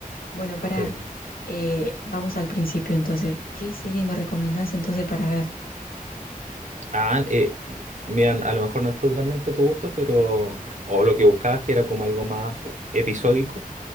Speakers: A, on the left (about 80°); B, on the right (about 55°).
A: Bueno, para,
B: Sí.
A: eh, vamos al principio entonces. ¿Qué serie me recomendás entonces para ver?
B: Ah, eh, miran, a lo mejor no es totalmente tu gusto, pero o lo que buscabas que era como algo más episódico,